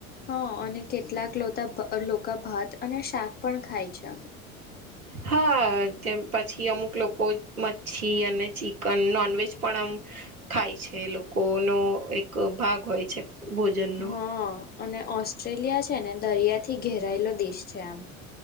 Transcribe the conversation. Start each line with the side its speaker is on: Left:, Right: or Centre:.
Left: હા અને કેટલાક લોતા લોકા ભાત અને શાક પણ ખાય છે.
Right: હા પછી અમુક લોકો મચ્છી અને ચિકન નોનવેજ પણ આમ ખાય છે લોકોનો એક ભાગ હોય છે ભોજનનો
Left: હં અને ઓસ્ટ્રેલિયા છે ને દરિયા થી ઘેરાયેલો દેશ છે આમ